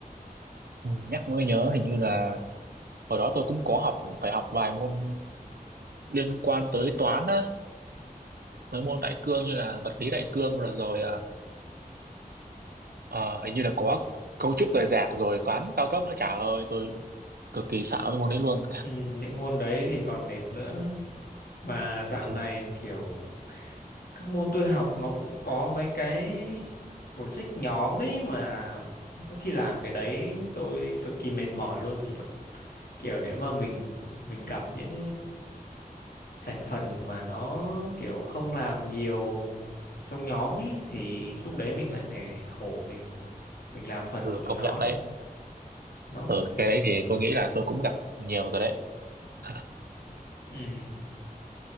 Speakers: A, on the right (about 80°); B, on the left (about 80°).
A: ừ, nhắc mới nhớ hình như là hồi đó tôi cũng có học phải học vài môn liên quan tới toán á, mấy môn đại cương như là vật lý đại cương rồi rồi Ờ, hình như là có cấu trúc rời rạc rồi toán cao cấp nữa chả ơi tôi cực kỳ sợ với môn đấy luôn
B: Ừ, những môn đấy thì còn mệt nữa mà dạo
A: ừ,
B: này kiểu các môn tôi học nó cũng có mấy cái project nhóm ấy mà mỗi khi làm cái đấy tôi cực kỳ mệt mỏi luôn kiểu kiểu nếu mà mình mình gặp những thành phần mà nó kiểu không làm nhiều trong nhóm ấy thì lúc đấy mình lại phải khổ mình mình làm phần
A: ừ,
B: của tụi
A: công
B: nó
A: nhận đấy
B: đó nó
A: ở cái đấy thì tôi nghĩ là tôi cũng gặp nhiều rồi đấy <laughs>
B: ừ